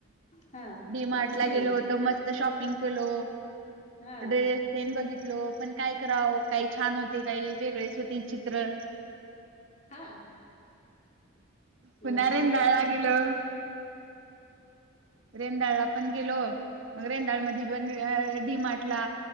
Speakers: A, on the left (about 35°); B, on the right (about 65°).
A: हा
B: डी
A: कोणती
B: मार्ट
A: देवी?
B: ला गेलो होतो मस्त शॉपिंग केलो
A: हा
B: ड्रेस तेन बघितलो पण काय करावं काही छान होते काही वेगळेच होते चित्र
A: हा
B: पुन्हा
A: मग झाली
B: रेंदाळला
A: का नाही
B: गेलो
A: त
B: रेंंदाळला पण गेलो मग रेंदाळ मधी पण डीमार्टला